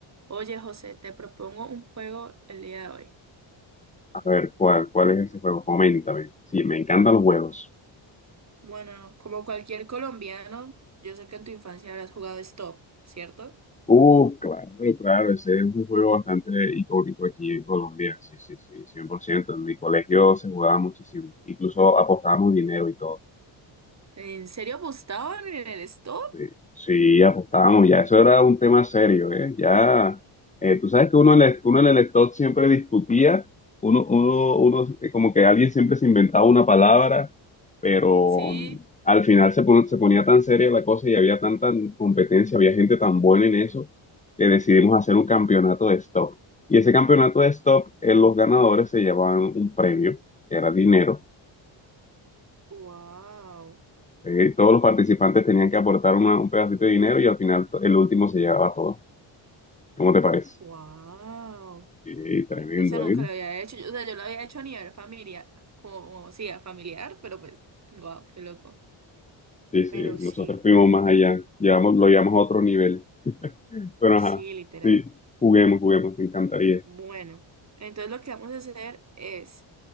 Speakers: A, on the right; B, on the left.
A: Oye, José, te propongo un juego el día de hoy.
B: A ver, ¿cuál, cuál es ese juego? Coméntame. Sí, me encantan los juegos.
A: Bueno, como cualquier colombiano, yo sé que en tu infancia habrás jugado Stop, ¿cierto?
B: Uh, claro, claro, ese es un juego bastante icónico aquí en Colombia. Sí, sí, sí, cien por ciento En mi colegio se jugaba muchísimo. Incluso apostábamos dinero y todo.
A: ¿En serio apostaban en el stop?
B: Sí, sí, apostábamos, ya eso era un tema serio, ¿eh? Ya, eh, tú sabes que uno en el, uno en el stock siempre discutía, uno, uno, uno, eh, como que alguien siempre se inventaba una palabra, pero
A: Sí.
B: mm, al final se, pon- se ponía tan seria la cosa y había tanta competencia, había gente tan buena en eso, que decidimos hacer un campeonato de stock. Y ese campeonato de stock, eh, los ganadores se llevaban un premio, que era dinero.
A: Wow,
B: eh, todos los participantes tenían que aportar una- un pedacito de dinero y al final to- el último se llevaba todo. ¿Cómo te parece?
A: wow.
B: Eh, tremendo,
A: Esa nunca
B: ¿eh?
A: la había hecho. Yo- O sea, yo la había hecho a nivel familiar, como, sí, a familiar, pero pues, wow, qué loco.
B: Sí, sí,
A: Pero sí,
B: nosotros fuimos más allá, llevamos, lo llevamos a otro nivel. Pero
A: sí,
B: ajá,
A: literal.
B: sí, juguemos, juguemos, me encantaría.
A: Bueno, entonces lo que vamos a hacer es